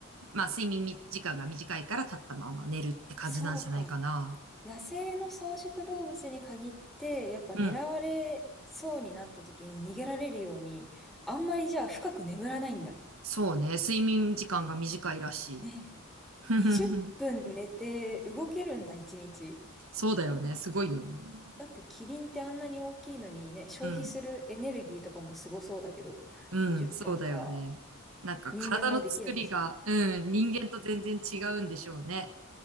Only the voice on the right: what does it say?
まあ、睡眠み時間が短いから立ったまま寝るって感じなんじゃないかな。
うん。
そうね。睡眠時間が短いらし
い。<laughs>
そうだよね。すごいよね。
うん。うん、
そうだよね。なんか体の作りが、
うん、人間と全然違うんでしょうね。